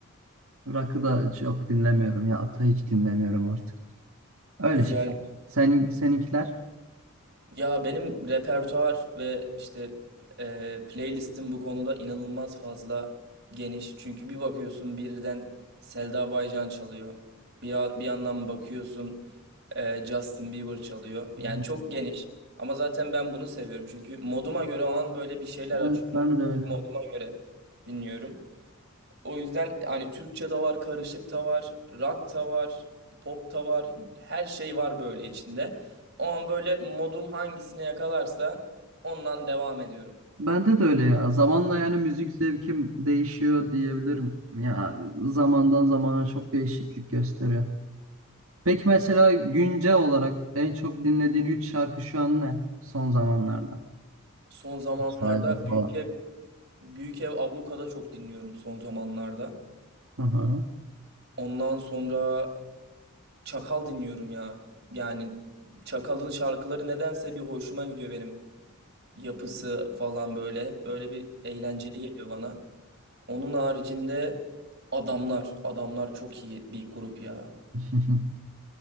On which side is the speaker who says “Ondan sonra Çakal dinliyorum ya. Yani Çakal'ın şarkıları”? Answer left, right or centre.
Right